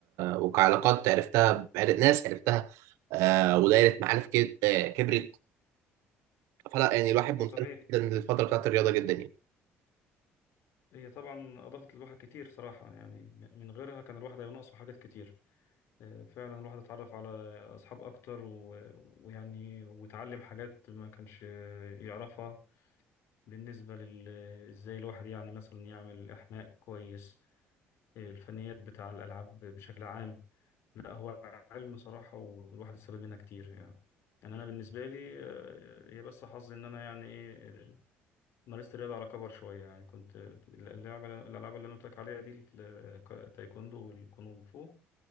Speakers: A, on the right; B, on the left.
A: وكعلاقات عرفتها بعر- ناس عرفتها آه، ودايرة معارف كد- آه، كبرت فلا يعني الواحد
B: ده صحيح
A: ممتن جدا للفترة بتاعت الرياضة جدا يعني
B: هي طبعا أضافت للواحد كتير صراحة يعني من غيرها كان الواحد هيبقى ناقصه حاجات كتير آه، فعلا الواحد اتعرف على أصحاب أكتر و- ويعني وتعلم حاجات ما كانش يعرفها بالنسبة لل ازاي الواحد يعني مثلا يعمل إحماء كويس الفنيات بتاع الألعاب بشكل عام لا هو علم صراحة والواحد استفاد منها كتير يعني يعني أنا بالنسبة لي آه، هي بس حظي إن أنا يعني إيه مارست الرياضة على كبر شوية يعني كنت اللعبة الألعاب اللي أنا قلت لك عليها دي التايكوندو والكونغ فو